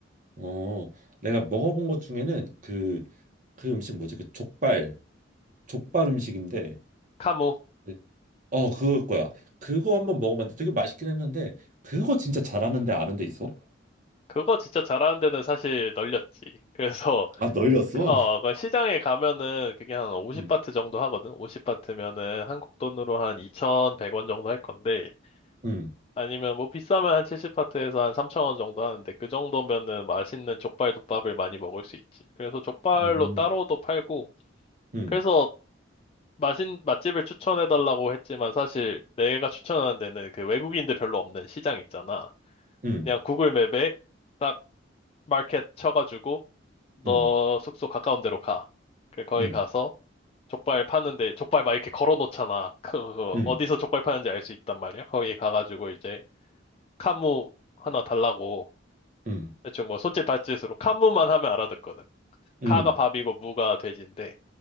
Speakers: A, on the right; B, on the left.
A: 어, 내가 먹어본 것 중에는 그 그 음식 뭐지? 그 족발 족발 음식인데
B: 카무.
A: 네. 어 그거 거야. 그거 한번 먹어봤는데 되게 맛있긴 했는데 그거 진짜 잘하는데 아는 데 있어?
B: 그거 진짜 잘하는 데는 사실 널렸지. 그래서,
A: 아, 널렸어?
B: <laughs> 어, 그 시장에 가면은 그게 한 50바트
A: 응.
B: 정도 하거든? 50바트면은 한국 돈으로 한 2,100원 정도 할 건데.
A: 응.
B: 아니면 뭐 비싸면 한 70파트에서 한 3,000원 정도 하는데 그 정도면은 맛있는 족발 덮밥을 많이 먹을 수 있지. 그래서 족발로
A: 응.
B: 따로도 팔고
A: 응.
B: 그래서 맛인 맛집을 추천해 달라고 했지만 사실 내가 추천하는 데는 그 외국인들 별로 없는 시장 있잖아.
A: 응.
B: 그냥 구글 맵에 딱 마켓 쳐가지고 너
A: 응.
B: 숙소 가까운 데로 가. 그 거기
A: 응.
B: 가서 족발 파는데 족발 막 이렇게 걸어 놓잖아. <laughs> 그
A: 응.
B: 어디서 족발 파는지 알 수 있단 말이야. 거기 가가지고 이제 카무 하나 달라고
A: 응.
B: 대충 뭐 손짓 발짓으로 카무만 하면 알아듣거든.
A: 응.
B: 카가 밥이고 무가 돼지인데